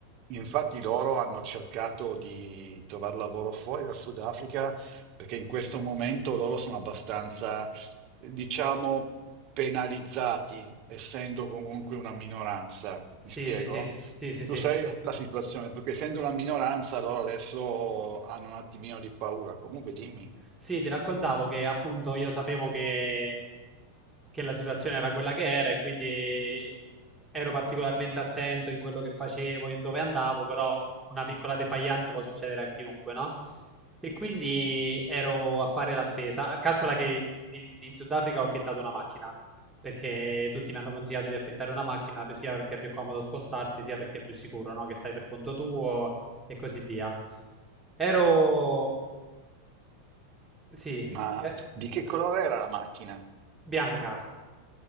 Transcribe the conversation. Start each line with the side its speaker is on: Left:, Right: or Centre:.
Right: Infatti loro hanno cercato di trovare lavoro fuori dal Sudafrica perché in questo momento loro sono abbastanza, diciamo, penalizzati, essendo comunque una minoranza.
Centre: Sì,
Right: Mi spiego?
Centre: sì, sì, sì, sì, sì.
Right: Lo sai la situazione, perché essendo una minoranza loro adesso hanno un attimino di paura. Comunque dimmi,
Centre: Sì, ti raccontavo che appunto io sapevo che, che la situazione era quella che era e quindi ero particolarmente attento in quello che facevo, in dove andavo, però una piccola defaillance può succedere a chiunque, no? E quindi ero a fare la spesa. Calcola che in, in- in Sudafrica ho affittato una macchina, perché tutti mi hanno consigliato di affittare una macchina, sia perché è più comodo spostarsi, sia perché è più sicuro, no? Che stai per conto tuo e così via. Ero Sì,
Right: ma
Centre: eh,
Right: di che colore era la macchina?
Centre: bianca,